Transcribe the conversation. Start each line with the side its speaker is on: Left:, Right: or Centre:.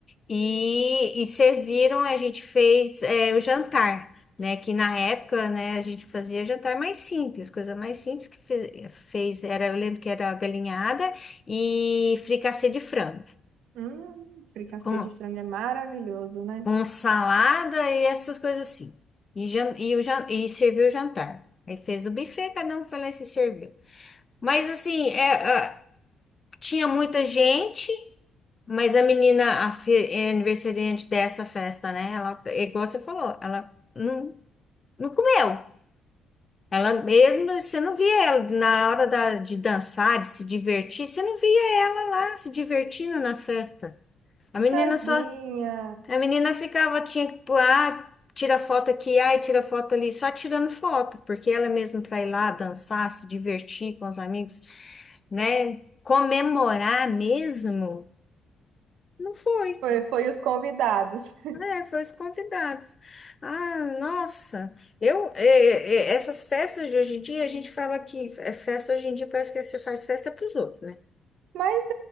Left: E, e serviram, a gente fez é, o jantar, né? Que na época, né, a gente fazia jantar mais simples, coisa mais simples que fez, fez era, eu lembro que era galinhada e fricassê de frango,
Right: Hum, fricassê
Left: com,
Right: de frango é maravilhoso, né?
Left: com salada e essas coisas assim. E, jan- e, o jan- e serviu o jantar. Aí fez o buffet, cada um foi lá e se serviu. Mas assim, é, Tinha muita gente, mas a menina, a fe- é aniversariante dessa festa, né? Ela, é igual você falou, ela não, não comeu. Ela mesmo, você não via ela na hora da- de dançar, de se divertir, você não via ela lá se divertindo na festa. A menina
Right: Tadinha!
Left: só, a menina ficava, tinha que, pôr, ah, tira foto aqui, ai, tira foto ali, só tirando foto, porque ela mesmo para ir lá dançar, se divertir com os amigos, né? Comemorar mesmo. Não foi,
Right: Foi, foi os convidados.
Left: né? Foi os convidados. Ah, nossa, eu é, é, é, essas festas de hoje em dia, a gente fala que é festa hoje em dia parece que você faz festa para os outros, né?
Right: Mas